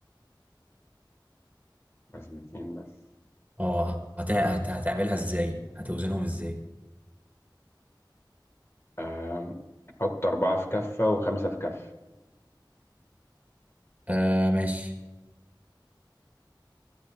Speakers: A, on the left; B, on the right.
A: وزن اتنين بس
B: اه هت... هت... هتعملها ازاي هتوزنهم ازاي
A: آم، حط أربعة في كفة وخمسة في كفة
B: آه ماشي